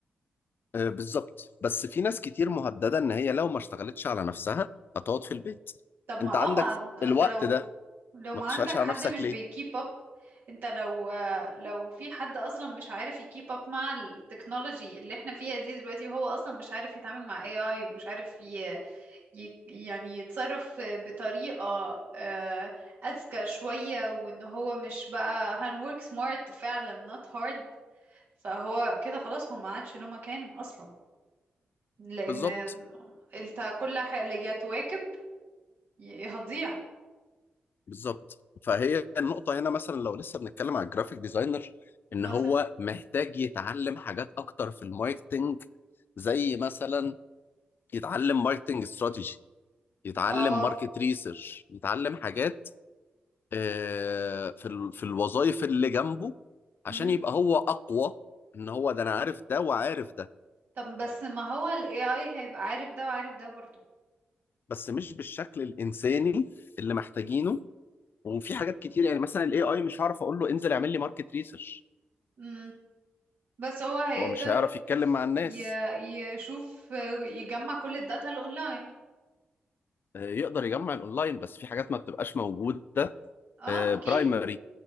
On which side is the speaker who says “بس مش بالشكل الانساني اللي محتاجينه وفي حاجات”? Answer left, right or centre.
Left